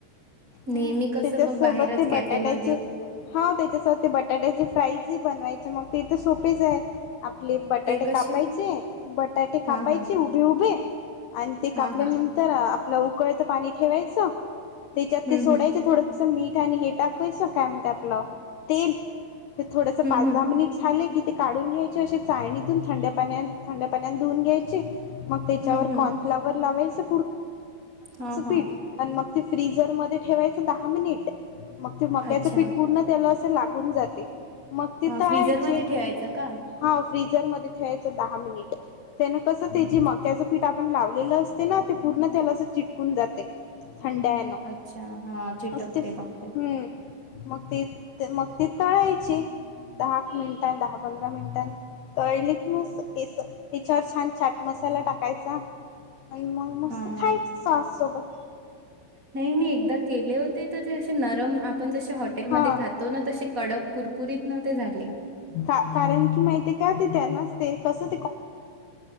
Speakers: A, on the left; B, on the right.
A: हम्म
B: नेहमी कसं
A: त्याच्या
B: मग
A: सोबत
B: बाहेरच
A: ते बटाट्याची,
B: कॅफेमध्ये
A: हा त्याच्यासह ते बटाट्याची फ्राईजी बनवायची. ते तर सोपेच आहे, आपले बटाटे
B: ते कसे
A: कापायचे
B: मग
A: बटाटे कापायचे
B: हा हा
A: उभे उभे आणि ते
B: हा
A: कापल्यानंतर,
B: हा
A: आपला उकळत पाणी ठेवायचं. त्याच्यात
B: हम्म
A: ते सोडायच
B: हम्म
A: थोडस मीठ आणि हे, टाकय काय आपलं तेल ते थोडस
B: हम्म
A: पाच
B: हम्म
A: दहा मिनिट झाले, कि ते काढून घ्यायचे असे चाळणीतून थंड पाण्या थंड पाण्या धुऊून घ्यायचे. मग त्याच्यावर
B: हम्म हम्म
A: कॉर्नफ्लावर लावायचं.
B: हा हा
A: पीट मग ते फ्रीझर म ठेवायच. दहा मिनिट, मग ते मक्याचं
B: अच्छा
A: पीठ पूर्ण त्याला असं लागून जाते. मग ते
B: हा
A: तळायचे
B: फ्रीझरमध्ये ठेवायचं का
A: हा फ्रीझरमध्ये, ठेवयच दहा मिनिट ते न कस
B: हम्म
A: ते मक्या च पिट, पीठ आपण लावलेलं असते, ना ते पूर्ण त्याला चिटकून जाते. थंड आहे ना
B: अच्छा हा चिटकते
A: असं ते्,
B: बघते
A: हम मग ती मग ती तळायची दहा मिनिटां दहा पंधरा मिनिटां, तळले की म त्याच्यावर छान छट मस्त चट मसाला, मसाला टाकायचा आणि मग मस्त
B: हा
A: खायच सॉस सोबत,
B: नाही मी एकदा केले होते, तर ते असे नरम आप, आपण जसे हॉटेलमध्ये
A: हा
B: खातो ना तसे कडक कुरकुरीत न ते झाले.
A: कारण की माहिती आहे. का ते त्यांनाच ते कसं